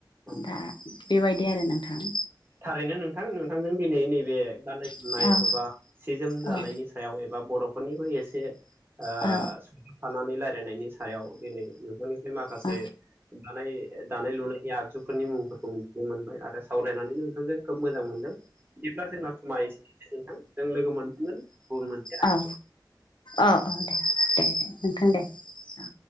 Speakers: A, on the right (about 30°); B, on the left (about 85°).
A: नंगौ
B: दा बेबायदि आरो नोंथां।
A: थारैनो नोंथां नोंथांजों दिनै नैबे गाननाय जोमनाय
B: औ
A: एबा। सि जोम जानायनि
B: औ
A: सायाव एबा बरफोरनिबो एसे ओ-सोदाबफानानै
B: औ
A: रायजलायनायनि सायाव दिनै नोंथांनिफ्राय माखासे।
B: औ
A: दानाय दानाय लुनायनि आगजुफोरनि मुंफोरखौ मिथिनो मोनबाय आरो सावरायनानै नोंथांजों खोब मोजां मोनदों। बिदिब्ला जोंना समा एसे नोंथां जों लोगो मोनफिगोन गुबुन मोनसे आयदायाव
B: औ औ औ दे दे नोंथां दे। औ